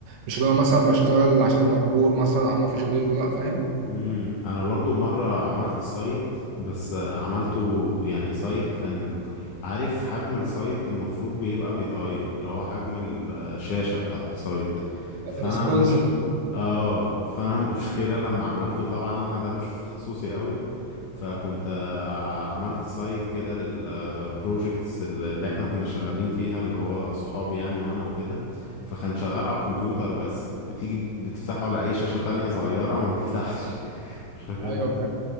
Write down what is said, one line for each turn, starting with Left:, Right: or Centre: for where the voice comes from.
Right: مش اللي هو مثلا بشتغل عشان مجبور مثلا او مفيش غيره لا فاهم
Left: امم انا برضو مره عملت سايت بس عملته يعني سايت كان عارف حجم السايت المفروض بيبقى بيتغير اللي هو حجم الشاشه بتاعه السايت فانا
Right: ريسبونسبل
Left: مش اه فانا المشكله لما عملته طبعا انا ده مش في تخصصي قوي فكنت آه، عملت سايت كده للبروجكتس اللي احنا كنا شغالين فيها اللي هو صحابي يعني وانا وكده فكان شغال على الكمبيوتر بس بتيجي بتفتحه على اي شاشه تانية صغيره ما بيفتحش <laughs> فكان
Right: ايوه فاهم